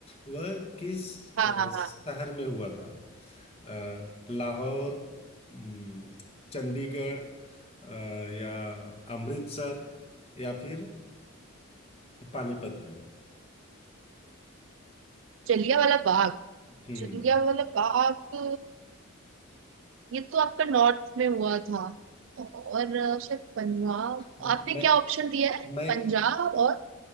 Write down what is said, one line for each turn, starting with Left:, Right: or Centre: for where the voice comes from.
Left: वह किस
Right: हाँ
Left: अ,
Right: हाँ हाँ
Left: शहर में हुआ था अ, लाहौर उम, चंडीगढ़ अ, या अमृतसर या फिर पानीपत में
Right: जलिया वाला बाग
Left: हम्म
Right: जलिया वाला बाग ये तो आपका नॉर्थ में हुआ था और अ, शायद पंजाब
Left: मैं
Right: आपने क्या ऑप्शन दिया है
Left: मैं
Right: पंजाब और